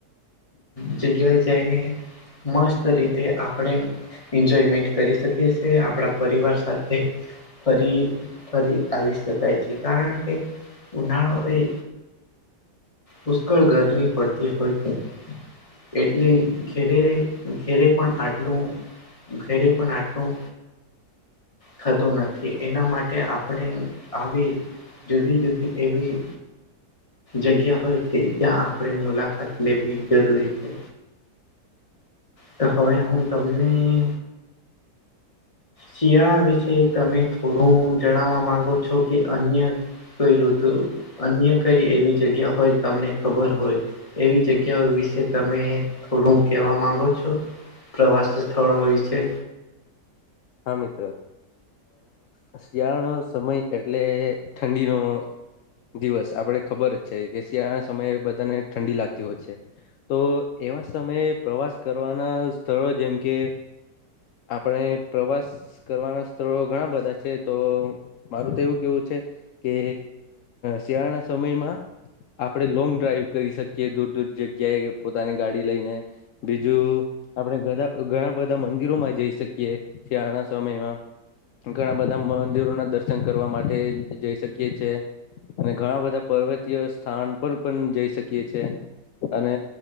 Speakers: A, on the left; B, on the left.
A: હ જગ્યા જાય ન મસ્ત રીતે આપણે એન્જોયમેન્ટ કરી શકીએ છે આપણા પરિવાર સાથે ફરી ફરી આવી શકાય છે કારણ કે ઉનાળો એ પુષ્કળ ગરમી પડતી હોય એટલે ઘેરે ઘેરે પણ આટલું. ઘેરે પણ આટું થતું નથી એના માટે આપણે આવી જુદી જુદી એવી જગ્યા હોય છે જ્યાં આપણેે મુલાકાત લેવી જરૂરી છે. તો હવે હું તમને શિયાળા વિશે તમે થોડું જણાવવા માંગો છો કે અન્ય કોઈ ઋતુ અન્ય કઈ એવી જગ્યા હોય. તમને ખબર હોય એવી જગ્યાઓ વિશે તમે થોડું કેવા માંગો છો પ્રવાસ સ્થળો હોય છે.
B: હા મિત્ર અ શિયાળો સમય એટલે ઠંડીનો દિવસ આપણે ખબર જ છે કે શિયાળા સમયે બધાને ઠંડી લાગતી હોય છે. તો એવા સમયે પ્રવાસ કરવાના સ્થળો જેમ કે આપણે પ્રવાસ કરવાના સ્થળો ઘણા બધા છે તો મારું તો એવું કેવું છે. કે શિયાળાના સમયમાં આપણે લોંગ ડ્રાઈવ કરી શકીએ દૂર દૂર જગ્યાએ પોતાની ગાડી લઈને બીજું આપડધા ઘણા બધા મંદિરોમાં જઈ શકીએ શિયાળા ના સમયમાં ઘણા બધા મંદિરો ના દર્શન કરવા માટે જઈ શકીએ છે. અને ઘણા બધા પર્વતીય સ્થાન પણ પણ જઈ શકીએ છે. અને